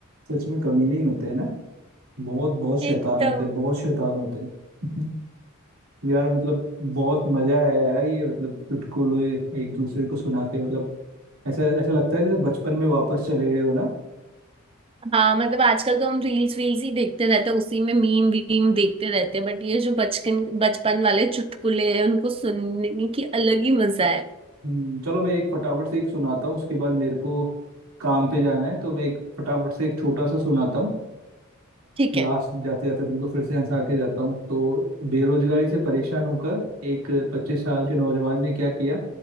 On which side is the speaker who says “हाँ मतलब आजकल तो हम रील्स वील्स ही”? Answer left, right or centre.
Right